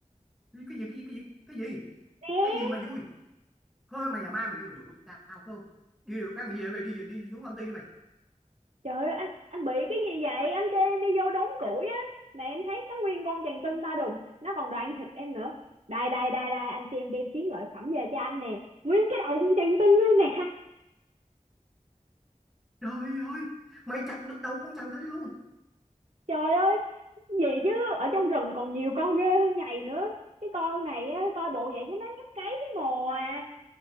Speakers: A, in the centre; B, on the right.
A: cái gì cái gì cái gì cái gì
B: nè
A: cái gì mà vui thôi mày là ma mày vô mày dụ tao phải không đi điều khác mày về mày đi đi xuống âm ty đi mày
B: trời ơi anh anh bị cái gì vậy anh kêu em đi vô đóng củi á mà em thấy có nguyên con chằn tinh ba đùng nó còn đoạn thịt em nữa đây đây đây đây anh xem đem chiến lợi phẩm về cho anh nè nguyên cái đầu con chằn tinh luôn nè
A: trời ơi mày chặt được đầu con chằn tới đi luôn
B: <laughs> trời ơi gì chứ ở trong rừng còn nhiều con ghê hơn nhầy nữa cái con này á coi bộ vậy chứ nó nhấp cái cái mồ à